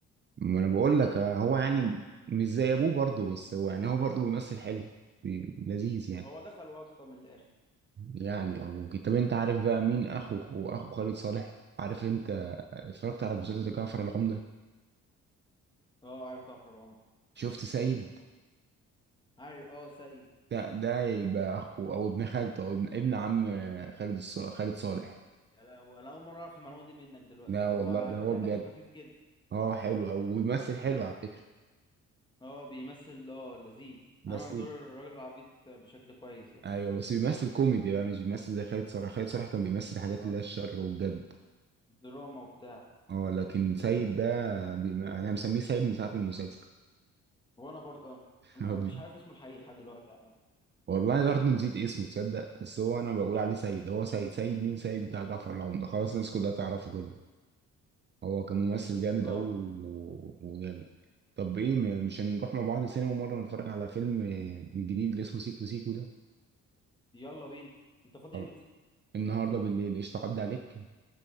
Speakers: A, on the right; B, on the left.
A: ما انا بقول لك آه، هو يعني مش زي ابوه برضه بس هو يعني هو برضه بيمثل حلو بي- لذيذ يعني
B: هو دخل واسطة من الاخر
A: يعني اه ممكن طب انت عارف بقى مين اخو اخو أخو خالد صالح عارف انت اتفرجت على مسلسل جعفر العمدة
B: اه عارف جعفر العمدة
A: شفت سيد
B: عارف اه سيد
A: ده ده يبقى اخو او ابن خالته او ابن ابن عم خالد الص... خالد صالح
B: يا لهوي انا اول مره اعرف المعلومه دي منك دلوقتي
A: لا والله
B: هو على
A: ده
B: فكره
A: هو بجد
B: دمه خفيف جدا
A: اه حلو او بيمثل حلو على فكرة
B: اه بيمثل اه لذيذ
A: بس
B: عمل دور الراجل العبيط بشكل كويس يعني
A: ايوه بس بيمثل كوميدي بقى مش بيمثل زي خالد صالح خالد صالح كان بيمثل حاجات
B: اه
A: اللي هي الشر والجد
B: دراما وبتاع
A: اه لكن سيد ده بما... انا مسميه سيد من ساعة المسلسل
B: وانا برضه أنا-
A: <laughs>
B: أنا
A: هو بي-
B: مش عارف اسمه الحقيقي لحد دلوقتي يا عم
A: والله برضه نسيت اسمه تصدق بس هو انا بقول عليه سيد هو سيد سيد مين سيد بتاع جعفر العمدة خلاص الناس كلها تعرفه كده هو كممثل جامد
B: اه
A: قوي و... وجامد طب ايه م- مش هنروح مع بعض السينما مرة نتفرج على فيلم آه، الجديد اللي اسمه سيكو سيكو ده
B: يلا بينا انت فاضي
A: طب
B: امتى
A: النهارده بالليل قشطة عدى عليك